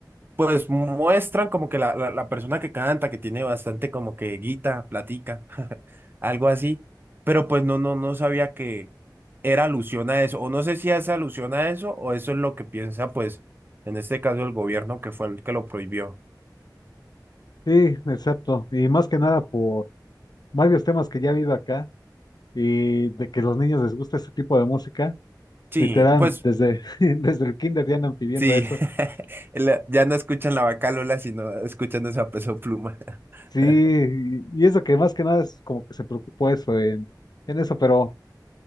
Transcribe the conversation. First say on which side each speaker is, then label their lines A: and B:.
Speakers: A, on the right; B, on the left.
A: Pues muestran como que la, la, la persona que canta, que tiene bastante como que guita, platica, <laughs> algo así, pero pues no, no, no sabía que era alusión a eso, o no sé si es alusión a eso, o eso es lo que piensa, pues, en este caso el gobierno que fue el que lo prohibió.
B: Sí, exacto. Y más que nada por varios temas que ya ha habido acá y de que a los niños les gusta este tipo de música,
A: Sí,
B: literal,
A: pues,
B: desde, <laughs> desde el kinder ya andan pidiendo
A: sí,
B: eso.
A: <laughs> la- ya no escuchan la vaca Lola, sino escuchan esa Peso Pluma.
B: Sí,
A: <laughs>
B: y y eso que más que nada es como que se preocupó eso en, en eso, pero...